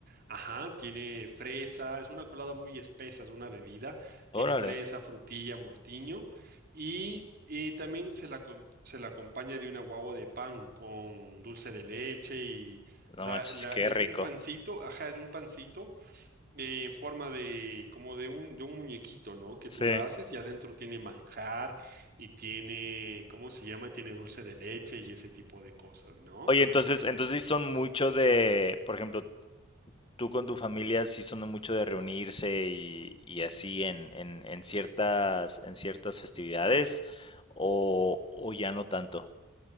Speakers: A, on the right; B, on the left.
A: Ajá, tiene fresa, es una colada muy espesa, es una bebida, tiene
B: Órale,
A: fresa, frutilla, mortiño. Y, y también se la, con- se la acompaña de una guagua de pan con dulce de leche y, o
B: no
A: sea,
B: manches,
A: la-
B: qué
A: es
B: rico.
A: un pancito, ajá, es un pancito eh, en forma de, como de un, de un muñequito, ¿no? Que
B: Sí.
A: tú la haces y adentro tiene manjar y tiene, ¿cómo se llama? Tiene dulce de leche y ese tipo de cosas, ¿no?
B: Oye, entonces, entonces sí son mucho de, por ejemplo, tú con tu familia sí son de mucho de reunirse y, y así en, en, en ciertas, en ciertas festividades, o, o ya no tanto.